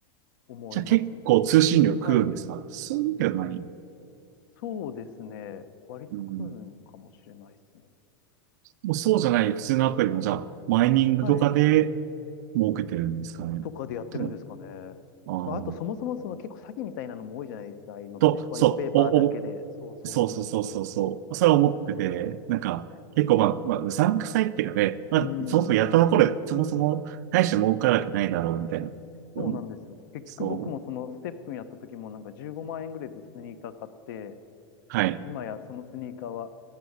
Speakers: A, on the left; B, on the right.
A: 思います。
B: じゃあ結構通信量食うんですかそういうわけではない。
A: はい。そうですね。割と食うんかもしれないですね。
B: うん。もうそうじゃない普通のアプリもじゃあ、マイニングとかで
A: はい。
B: 儲けてるんですかね。
A: とかでやってるんですかね。
B: と、あー
A: まあ、あとそもそもその結構詐欺みたいなのも多いじゃないですか、ああいうのって。
B: と、
A: ホワイトペーパーだけで。
B: そう、お、お、
A: そうそうそうそ
B: そうそうそうそうそう。それは思ってて、なんか、結構まあ、まあ、うさんくさいっていうかね、まあ、
A: う。うん。
B: そもそもやったところで、そもそも大して儲からないだろうみたいな。うん、
A: そうなんですよ。結局僕もそのステップンやった時もなんか15万円ぐらいでスニーカー買って、
B: そう。はい。
A: 今やそのスニーカーは